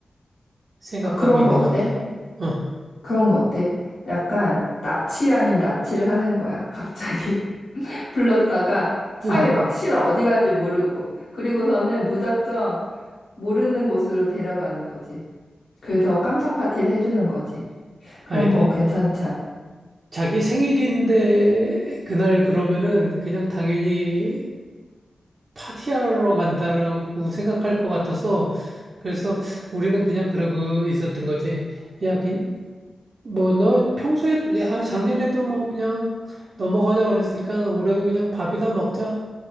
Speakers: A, on the right (about 60°); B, on the left (about 85°).
A: 생각하고
B: 아, 그런
A: 있는
B: 거 어때?
A: 건데. 어,
B: 그런 거 어때? 약간 납치 아닌 납치를 하는 거야. 갑자기 <laughs> 불렀다가 차에
A: 어.
B: 막 실어 어디 가는지 모르고. 그리고서는 무작정 모르는 곳으로 데려가는 거지. 그래서 깜짝 파티를 해주는 거지. 그런
A: 아 근데
B: 거 괜찮지 않?
A: 자기 생일인데 그날 그러면은 그냥 당연히 파티하러 간다라고 생각할 것 같아서 그래서 우리는 그냥 그러고 있었던 거지. 야, 뭐 너 평소에 야, 작년에도 뭐 그냥 넘어가자 그랬으니까 올해도 그냥 밥이나 먹자.